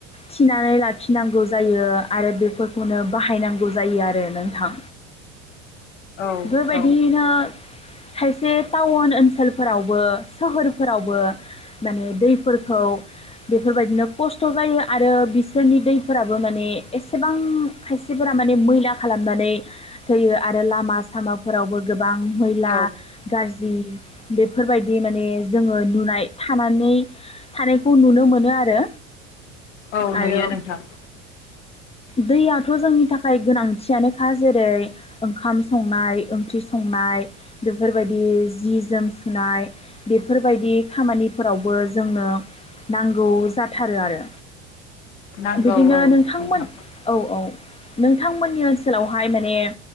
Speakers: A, on the left; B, on the left.
A: थिनानै लाखिनांगौ जायो आरो बेफोरखौनो बाहायनांगौ जायो आरो नोंथां।
B: औ
A: बेबायदियैनो
B: औ
A: खायसे टाउन ओनसोलफोरावबो सोहोरफोरावबो माने दै। खौ बेफोरबायदिनो खस्थ' जायो आरो बिसोरनि दैफोराबो माने एसेबां खायसेफोरा माने मैला खालामनानै थैयो आरो लामा सामाफोरावबो गो गोबां मैला
B: औ
A: गारजि जि बेफोरबायदि माने जोङो नुनाय थानानै। थानायखौ नुनो मोनो आरो।
B: औ
A: आरो
B: नुयो नोंथां।
A: दैयाथ' जोंनि थाखाय गोनांथियानोखा जेरै ओंखाम संनाय, ओंख्रि संनाय, बेफोरबायदि जि जोम सुनाय, बेफोरबायदि खामानिफोरावबो जोंनो नांगौ जाथारो आरो।
B: नांगौ
A: बिदिनो
B: औ
A: नोंथांमोन
B: नोंथां
A: औ औ। नोंथांमोननि ओनसोलावहाय माने